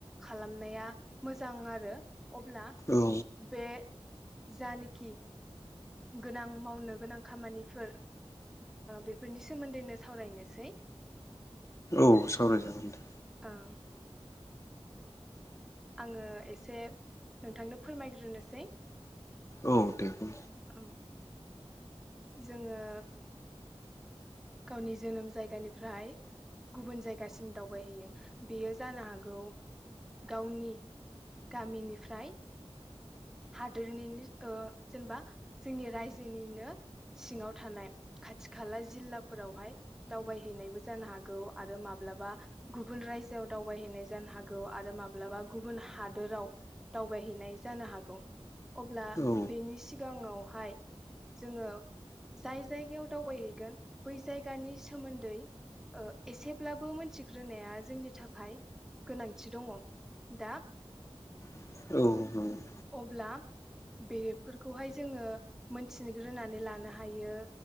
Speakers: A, in the centre; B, on the left (about 30°).
A: खालामनाया मोजां आरो अब्ला
B: औ
A: बे जानखि गोनां मावनो गोनां खामानिफोर बेफोरनि सोमोन्दैनो सावरायनोसै
B: औ सावराय जागोन नोंथां।
A: उम। आङो एसे नोंथांनो फोरमायग्रोनोसै
B: औ दे बुं
A: औ। जोङो गावनि जोनोम जायगानिफ्राय गुबुन जायगासिम दावबायहैयो बेयो जानो हागौ गावनि गामिनिफ्राय हादोरनिनो जेनेबा जोंनि रायजोनिनो सिङाव थानाय खाथि खाला जिल्लाफोरावहाय दावबायहैनायबो जानो हागौ आरो माब्लाबा गुबुन रायजोआव दावबायहैनाय जानो हागौ आरो माब्लाबा गुबुन हादोराव दावबायहैनाय जानो हागौ अब्ला
B: औ
A: बेनि सिगाङावहाय जोङो जाय जायगायाव दावबायहैगोन बै जायगानि सोमोन्दै ओ एसेब्लाबो मोनथिग्रोनाया जोंनि थाखाय गोनांथि दङ दा।
B: औ
A: अब्ला बेफोरखौहाय जोङो मोनथिग्रोनानै लानो हायो